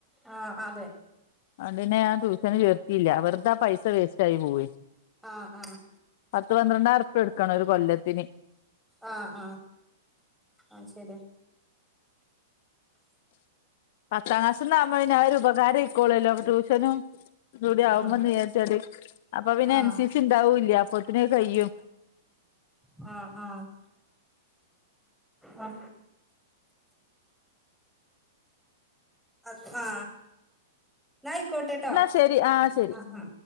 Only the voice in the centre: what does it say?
ആഹ് അതെ
ആഹ് ആഹ്
ആ ആ ആ ശരിയാ
ഉം
ആഹ്
ആ ആ ആ ആ നായിക്കോട്ടെട്ടോ
ആ